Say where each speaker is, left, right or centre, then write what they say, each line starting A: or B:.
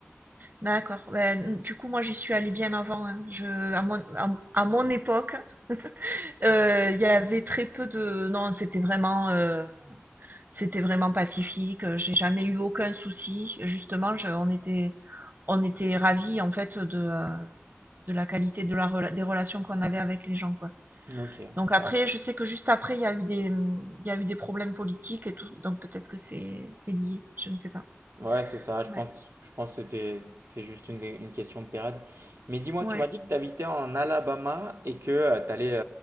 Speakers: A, on the right; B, on the right.
A: D'accord. Ben, du coup, moi, j'y suis allée bien avant. hein. Je, à mon, à, à mon époque, euh, il y avait très peu de. Non, c'était vraiment, euh, c'était vraiment pacifique. Euh, J'ai jamais eu aucun souci. Justement, je- on était, on était ravis en fait de, euh, de la qualité de la, rela- des relations qu'on avait avec les gens, quoi.
B: Ok,
A: Donc après,
B: bon, bah.
A: je sais que juste après, il y a eu des, il y a eu des problèmes politiques et tout. Donc peut-être que c'est, c'est lié. Je ne sais pas.
B: ouais, c'est ça. Je
A: Ouais.
B: pense, je pense que c'était, c'est juste une, des- une question de période. Mais dis-moi,
A: Ouais.
B: tu m'as dit que tu habitais en Alabama et que tu allais,